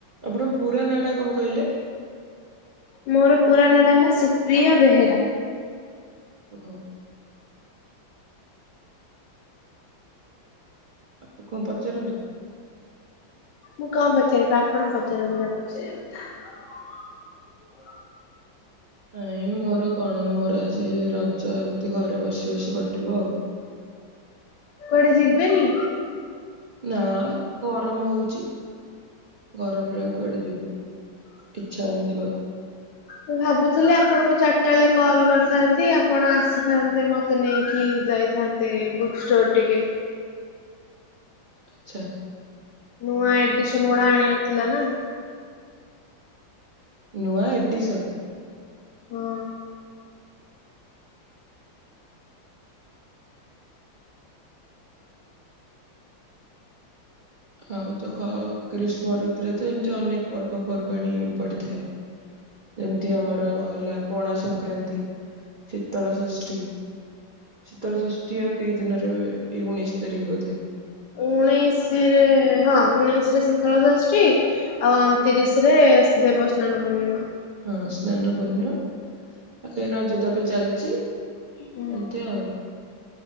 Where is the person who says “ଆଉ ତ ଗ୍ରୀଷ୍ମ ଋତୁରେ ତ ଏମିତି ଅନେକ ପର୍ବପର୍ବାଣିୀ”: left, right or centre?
Right